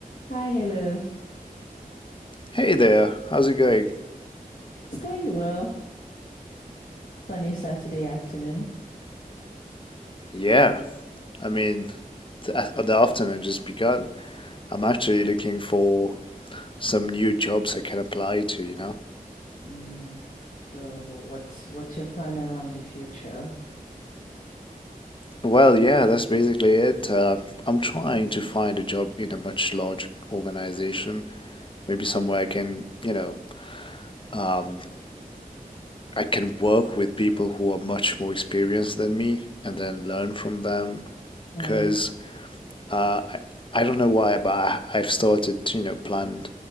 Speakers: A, on the left (about 60°); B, on the left (about 35°).
A: Hi, hello.
B: Hey there, how's it going?
A: It's going well. Sunny Saturday afternoon.
B: Yeah, I mean, the, the afternoon just begun. I'm actually looking for some new jobs I can apply to, you know?
A: Mm. So, wh- what's what's your plan around the future?
B: Well, yeah, that's basically it. Uh, I'm trying to find a job in a much larger organization, maybe somewhere I can, you know, um, I can work with people who are much more experienced than me and then learn from them.
A: Mm,
B: Because Uh, I, I don't know why, but I, I've started to, you know, plan,